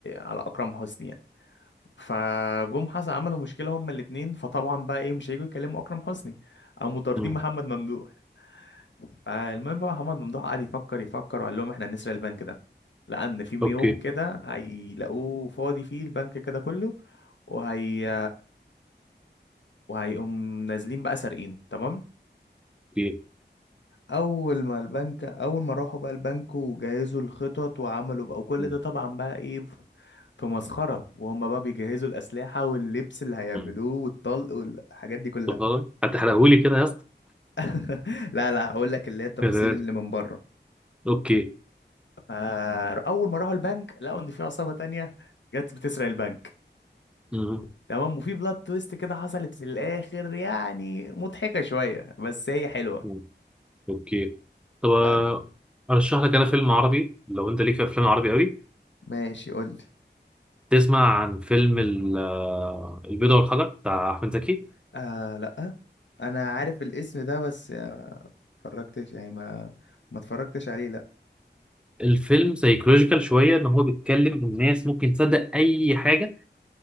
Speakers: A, on the left (about 75°); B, in the centre.
A: على اكرم حسني فجم حسن عملوا مشكله هما الاثنين فطبعا بقى ايه مش هيجوا يكلموا اكرم حسني قاموا طاردين
B: مم.
A: محمد ممدوح فالمهم بقى محمد ممدوح قعد يفكر يفكر وقال لهم احنا هنسرق البنك ده لان في يوم
B: اوكي
A: كده هيلاقوه فاضي فيه البنك كده كله وهي وهيقوم نازلين بقى سارقينه تمام
B: اوكي
A: اول ما البنك اول ما راحوا بقى البنك وجهزوا الخطط وعملوا بقى وكل
B: مم.
A: ده طبعا بقى ايه ف- في مسخرة وهم بقى بيجهزوا الأسلحة واللبس اللي هيعملوه
B: مم.
A: والطلق والحاجات دي كلها
B: طب خلاص هتحرقهولي كده يا اسطى
A: <laughs> لا لا هقول لك اللي هي التفاصيل
B: يا ساتر.
A: اللي من بره
B: اوكي
A: فأول ما راحوا البنك لقوا إن في عصابة تانية جت بتسرق البنك
B: مم.
A: تمام وفي بلاد تويست كده حصلت في الآخر يعني مضحكة شوية بس هي حلوة
B: مم. اوكي طب آه،
A: بعد
B: ارشح لك انا فيلم عربي لو انت ليك في افلام عربي قوي
A: ماشي قول لي
B: تسمع عن فيلم ال- آه، البيضة والحجر بتاع احمد زكي
A: آه لا انا عارف الاسم ده بس اتفرجتش يعني ما ما اتفرجتش عليه لا
B: الفيلم سايكولوجيكال شويه ان هو بيتكلم ان الناس ممكن تصدق اي حاجه